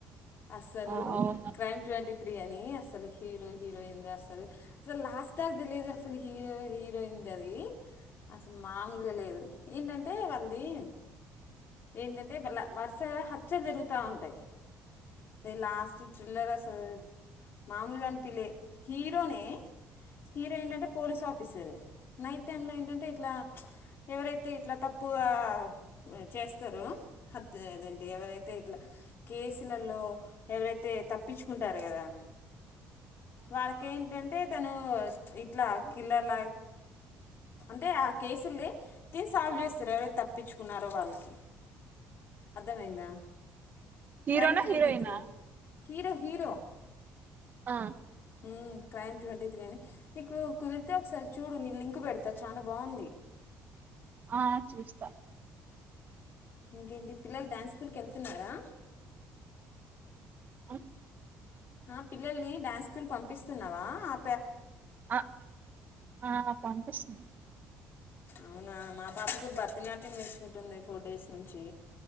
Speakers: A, on the left (about 50°); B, on the right (about 40°).
A: అస్సలు
B: ఆ అవునా
A: క్రైమ్ ట్వంటీ త్రీ అని అసలు హీరో హీరోయిన్ది అసలు అసల్ లాస్ట్ దాకా తెలీదు అసలు హీరో హీరోయిన్ది అది అసల్ మామూల్గ లేదు ఏంటంటే వాళ్ళది ఏంటంటే మళ్ళ వర్సగా హత్యలు జరుగుతా ఉంటాయి. అదే లాస్ట్ థ్రిల్లర్ అసల్ మాముల్గా అన్పిలే హీరోనే హీరో ఏంటంటే పోలీస్ ఆఫీసర్ నైట్ టైంలో ఏంటంటే ఇట్లా ఎవరైతే ఇట్లా తప్పుగా చేస్తారో తే అదేంటి ఎవరైతే ఇట్ల కేస్ లల్లో ఎవరైతే తప్పించుకుంటార్ కదా వారికేంటం అంటే తను ఇట్లా కిల్లర్ల అంటే ఆ కేసులుది తిను సాల్వ్ చేస్తారు ఎవరైతే తప్పించుకున్నారో వాళ్ళకి అర్థమైందా
B: హీరోనా
A: క్రైమ్ ట్వంటీ
B: హీరోయినా
A: త్రీ హీరో హీరో
B: ఆ
A: హ్మ్ క్రైమ్ ట్వంటీ త్రీ అని నీకు కుదిరితే ఒకసారి చూడు నిను లింక్ పెడతా చానా బావుంది
B: ఆ చూస్తా
A: ఇంకేంటి పిల్లలు డ్యాన్స్ స్కూల్కి ఎళ్తున్నారా
B: అ
A: ఆ పిల్లల్ని డ్యాన్స్ స్కూల్ పంపిస్తున్నావా ఆ
B: ఆ ఆ పంపిస్తున్న
A: అవునా మా పాప కూడా భరతనాట్యం నేర్చుకుంటుంది ఫోర్ డేస్ నుంచి